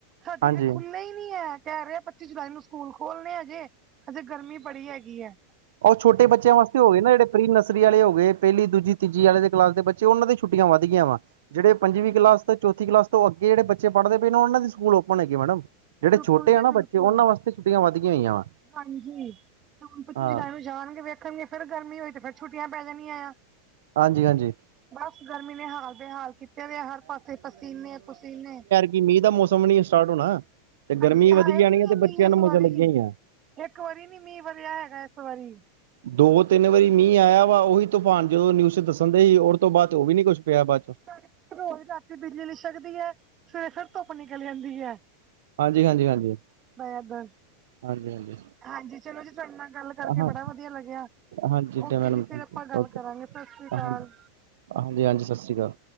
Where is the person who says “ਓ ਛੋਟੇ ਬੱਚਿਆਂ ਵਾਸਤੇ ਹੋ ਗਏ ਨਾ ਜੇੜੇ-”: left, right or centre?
Right